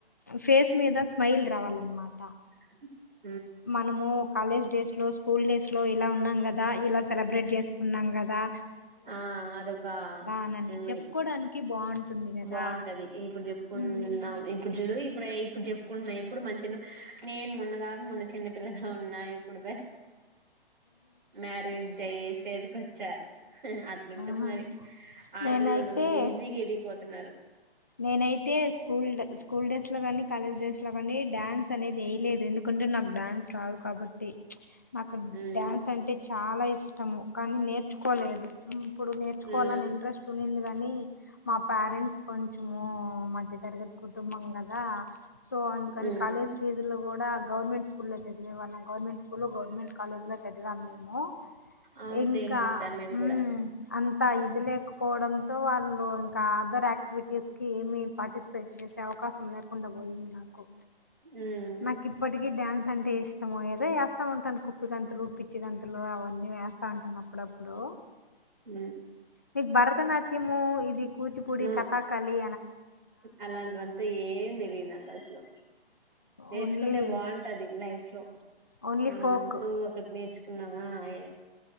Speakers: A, on the left; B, on the right.
A: ఫేస్ మీద స్మైల్ రావాలన్నమాట
B: <inaudible>
A: మనము కాలేజ్ డేస్ లో స్కూల్ డేస్ లో ఇలా ఉన్నాం. కదా ఇలా సెలబ్రేట్ చేసుకున్నాం కదా
B: ఆ అదొక
A: అనని
B: మెమరీ
A: చెప్పుకోడానికి బావుంటుంది గదా!
B: బాగుంటది ఇప్పుడు చెప్పుకుంటున్నాం
A: హ్మ్.
B: ఇప్పుడు చూడు ఇప్పుడు ఇప్పుడు చెప్పుకుంటున్నాం ఇప్పుడు మంచిగా నేను మొన్నగాక మొన్న చిన్నపిల్లగా ఉన్నా ఇప్పుడు మ్యారిజ్ అయి స్టేజ్ కోచ్చ అట్లాంటుంది
A: ఆహా!
B: మరి ఆడపిల్లలు
A: నేనైతే
B: ఈజీగా ఎదిగిపోతు తిన్నారు
A: నేనైతే స్కూల్డడ్ స్కూల్ డ్రెస్లో కాని కాలేజ్ డ్రెస్ లో కాని డ్యాన్స్ అనేది వేయలేదు ఎందుకంటే నాకు డ్యాన్స్ రాదు కాబట్టి అక్కడ
B: ఉమ్
A: డ్యాన్స్ అంటే చాలా ఇష్టము కానీ నేర్చుకోలేదు. ఇప్పుడు నేర్చుకోవాలని
B: ఉమ్
A: ఇంట్రెస్ట్ ఉంది. కానీ కానీ మా పేరెంట్స్కి కొంచము మధ్యతరగతి కుటుంబంకదా సో అందుకని
B: ఉమ్
A: కాలేజ్ ఫీజులు కూడా గవర్మెంట్ స్కూల్ స్కూల్లో చదివేవాళ్ళం గవర్మెంట్ స్కూల్ గవర్నమెంట్ కాలేజ్ లో చదివాం మేము
B: అవును
A: ఇంకా
B: సేమ్ సిస్టర్ మేము
A: ఉమ్
B: కూడా
A: అంతే అంత ఇది లేకపోవడంతో వాళ్ళు అదర్క్టివిటీ కిడ్స్ కి ఏమి పార్టిసిపేట్ చేసే అవకాశం లేకుండా పోయింది నాకు
B: ఉమ్
A: నాకు ఇప్పటికి డాన్స్ అంటే ఇష్టమో ఏదో చేస్తా ఉంటాను కు ఉప్పు గంతులు పిచ్చి గంతులు అవన్నీ వేస్త అ అంటున ఆప్పుడప్పుడు
B: ఊ
A: మీకు భరత నాట్యము ఇది కు కూచిపుడి
B: నో
A: క వాలీ
B: అలాంటివంతా ఏం తెలిదు నాకు అసలు నేర్చుకుంటే
A: ఓన్లీ
B: బాగుంటది లైఫ్ లో
A: ఓన్లీ
B: మనం
A: ఫోక్
B: అంటూ ఒకటి నేర్చు కున్నామా అయే